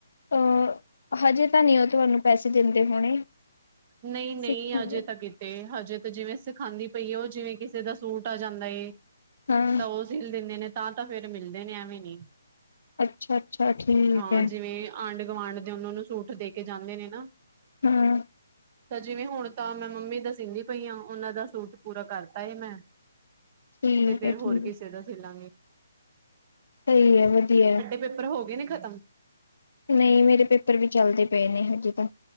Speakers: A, on the left; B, on the right.
A: ਅ ਹਜੇ ਤਾਂ ਨਹੀਂ ਉਹ ਤੁਹਾਨੂੰ ਪੈਸੇ ਦਿੰਦੇ ਹੋਣੇ
B: ਨਹੀਂ ਨਹੀਂ
A: ਸਿੱਖਣ
B: ਅਜੇ
A: ਦੇ
B: ਤੱਕ ਕਿੱ ਤੇ ਹਜੇ ਤੇ ਜਿਵੇਂ ਸਿਖਾਂਦੀ ਪਈ ਹੈ ਉਹ ਜਿਵੇਂ ਕਿਸੇ ਦਾ ਸੂਟ ਆ ਜਾਂਦਾ ਏ
A: ਹਾਂ
B: ਤਾਂ ਉਸ ਦਿਲ ਦਿੰਦੇ ਨੇ ਤਾਂ ਫੇਿਰ ਮਿਲਦੇ ਨੇ ਐਵੇਂ ਨੀ
A: ਅੱਛਾ ਅੱਛਾ ਠੀਕ
B: ਹਾਂ
A: ਹੈ,
B: ਜਿਵੇਂ ਆਂਢ ਗੁਆਂਾਂਢ ਦੇ ਉਹਨਾਂ ਨੂੰ ਸੂਟ ਦੇ ਕੇ ਜਾਂਦੇ ਨੇ ਨਾ
A: ਹਮ
B: ਤਾਂ ਜਿਵੇਂ ਹੁਣ ਤਾਂ ਮੈਂ ਮੰਮੀ ਦਾ ਸੀਦੀ ਪਈ ਹਾਂ। ਉਹਨਾਂ ਦਾ ਸੂਟ ਪੂਰਾ ਕਰਤਾ ਹੈ ਮੈਂ
A: ਠੀਕ
B: ਤੇ ਫੇਰ
A: ਹੈ ਠੀਕ
B: ਹੋਰ ਕਿਸੇ ਦਾ ਸੀ ਲਾਂਗੇ
A: ਸਹੀ ਹੈ ਵਧੀਆ
B: ਪੇਪਰ ਹੋ ਗਏ ਨੇ ਖਤਮ
A: ਨਹੀਂ ਮੇਰੇ ਪੇਪਰ ਵੀ ਚੱਲਦੇ ਪਏ ਨੇ ਹਜੇ ਤਾਂ